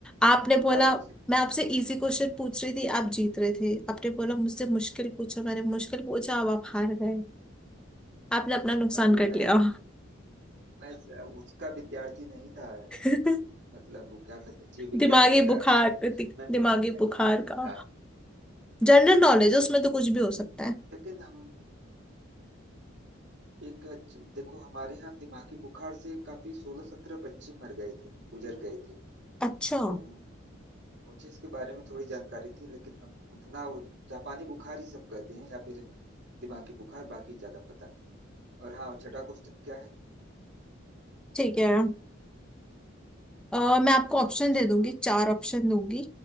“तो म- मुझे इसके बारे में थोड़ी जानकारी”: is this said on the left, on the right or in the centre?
Right